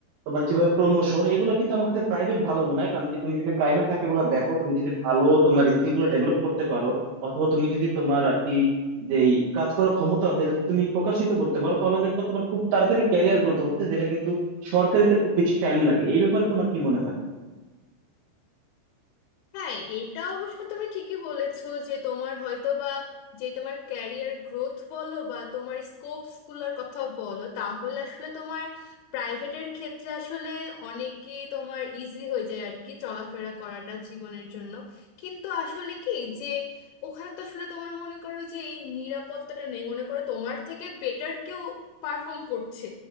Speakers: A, on the right; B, on the left.
A: তোমার কিভাবে প্রমোশন এগুলো কিন্তু আমার কাছে প্রাইভেট ভালো মনে হয় কারণ কি তুমি যদি প্রাইভেট থাকে গুলো দেখো তুমি যদি ভালো তোমার স্কিল গুলো ডেভেলপ করতে পারো অথবা তুমি যদি তোমার আর কি যে কাজ করার ক্ষমতা আছে এটা যদি তুমি প্রকাশিত করতে পারো তাহলে দেখবে তোমার খুব তাড়াতাড়ি ক্যারিয়ার গ্রোথ হচ্ছে যেটা কিন্তু সরকারিতে খুব বেশি টাইম লাগে এই ব্যাপারে তোমার কি মনে হয়
B: হ্যাঁ এটা অবশ্য তুমি ঠিকই বলেছো যে তোমার হয়তো বা যে তোমার ক্যারিয়ার গ্রোথ বলো বা তোমার স্কোপস গুলোর কথা বলো তাহলে আসলে তোমার প্রাইভেটের ক্ষেত্রে আসলে অনেকই তোমার ইজি হয়ে যায় আর কি চলাফেরা করাটা জীবনের জন্য কিন্তু আসলে কি যে ওখানে তো আসলে তোমার মনে করো যে এই নিরাপত্তাটা নেই মনে করো তোমার থেকে বেটার কেউ পারফর্ম করছে